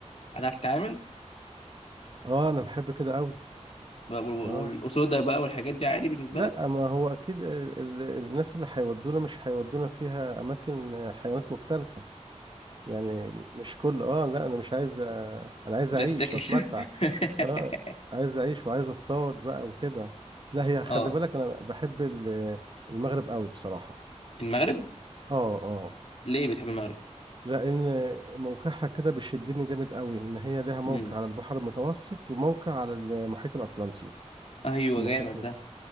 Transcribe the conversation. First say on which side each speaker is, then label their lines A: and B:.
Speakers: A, on the left (about 60°); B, on the right (about 40°).
A: هتعرف تتعامل
B: اه انا بحب كده قوي
A: و- و-
B: اه
A: والاسودة بقى والحاجات دي عادي بالنسبه
B: لا
A: لك
B: ما هو اكيد ال- ال- الناس اللي هيودونا مش هيودونا فيها اماكن آه، حيوانات مفترسة يعني مش كل اه لا انا مش عايز آه، انا عايز
A: جاست
B: اعيش
A: تاكل
B: واتمتع اه
A: <laughs>
B: عايز اعيش وعايز اصطاد بقى وكده لا هي خلي
A: اه
B: بالك انا بحب ال- المغرب قوي بصراحة
A: المغرب
B: اه اه
A: ليه بتحب المغرب
B: لان موقعها كده بيشدني جامد قوي ان هي لها موقع
A: امم
B: على البحر المتوسط وموقع على المحيط الاطلنطي
A: ايوه
B: الناحيتين
A: جامد ده